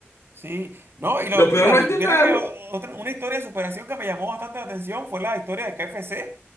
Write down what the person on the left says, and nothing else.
Lo peor
no es
intentarlo.